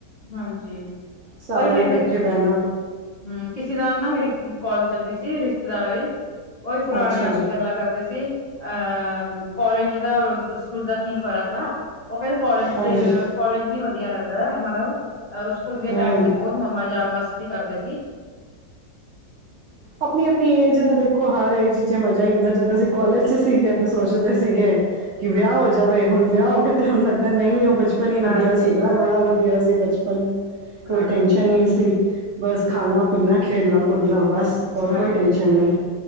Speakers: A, on the left (about 75°); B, on the right (about 65°).
A: ਹਾਂਜੀ।
B: ਸਾਰਿਆਂ
A: ਉਹੀ ਮੈਂ
B: ਨੇ ਇਕੱਠੇ
A: ਕਿਸ
B: ਬਹਿਣਾ।
A: ਹਮ ਕਿਸੇ ਨਾਲ ਨਾ ਮੇਰੀ ਕੋਲ ਚੱਲਦੀ ਸੀ ਰਿਸ਼ਤੇਦਾਰਾਂ ਵਿੱਚ ਉਹੀ ਪੁਰਾਣੀਆਂ
B: ਅੱਛਾ
A: ਅਸੀਂ
B: ਜੀ
A: ਗੱਲਾਂ ਕਰਦੇ ਸੀ। ਅਹ ਕਾਲਜ ਦਾ ਸਕੂਲ ਦਾ ਕੀ ਫ਼ਰਕ ਆ, ਉਹ ਕਹਿੰਦੇ ਕਾਲਜ
B: ਹਾਂਜੀ
A: ਦੇ ਕਾਲਜ ਨੀ ਵਧੀਆ ਲੱਗਦਾ ਮਲਬ ਸਕੂਲ ਦੇ
B: ਹਮ
A: ਟੈਮ ਤੇ ਬੋਤ ਮਜ਼ਾ ਮਸਤੀ ਕਰਦੇ ਸੀ।
B: ਅਪਨੀ-ਅਪਨੀ ਏਜ ਦਾ ਦੇਖੋ ਹਰ ਏਜ ਚ ਮਜ਼ਾ ਹੀ
A: ਹਮ
B: ਹੁੰਦਾ ਜਦੋਂ ਅਸੀਂ ਕੋਲਜ ਚ ਸੀਗੇ ਸੋਚਦੇ ਸੀਗੇ ਕਿ ਵਿਆਹ
A: ਹਾਂਜੀ
B: ਹੋ ਜਾਵੇ ਹੁਣ ਵਿਆਹ ਹੋ ਗਏ ਤੇ ਹੁਣ ਲੱਗਦਾ ਨਈ ਉਹ ਬਚ ਪਨ ਈ ਵਧੀਆ
A: ਹਾਂਜੀ
B: ਸੀਗਾ ਬੜਾ ਵਧੀਆ ਸੀ ਬਚ ਪਨ
A: ਹਾਂ
B: ਕੋਈ ਟੈਸ਼ਨ ਨੀ ਸੀ ਬਸ ਖਾਣਾ-ਪੀਣਾ,
A: ਹਮ
B: ਖੇਡਣਾ-ਕੁੱਦਣਾ ਬਸ। ਹੋਰ
A: ਹਾਂਜੀ
B: ਕੋਈ ਟੈਂਸ਼ਨ ਨੀ